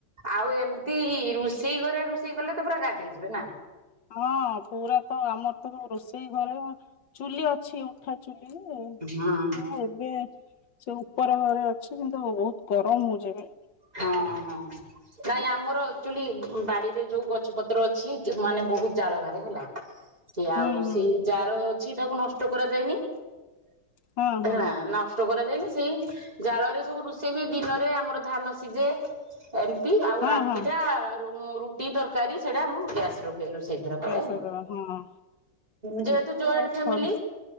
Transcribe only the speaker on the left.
ହଁ ପୁରା ତ ଆମର ତ ରୋଷେଇ ଘରେ ଚୁଲି ଅଛି। ଉଠା ଚୁଲିରେ ହଁ
ଏବେ। ସେ ଉପର ଘରେ ଅଛି କିନ୍ତୁ ବହୁତ ଗରମ ହଉଛିି ଏବେ।
ହୁଁ
ହୁଁ
ହଁ ହଁ
ହଁ
ହଁ
ଗ୍ୟାସରେ
ଦବା ହଁ
ଏ ତ
ଖରା